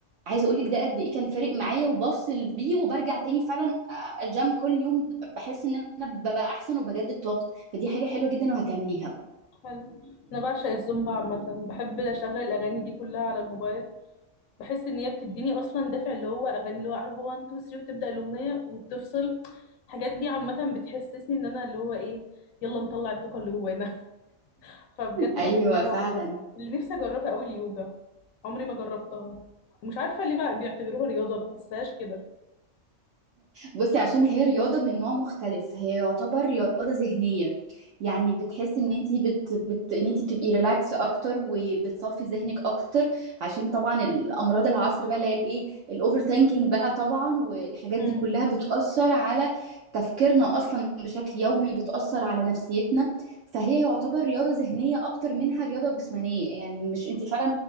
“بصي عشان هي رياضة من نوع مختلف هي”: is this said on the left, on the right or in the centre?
Right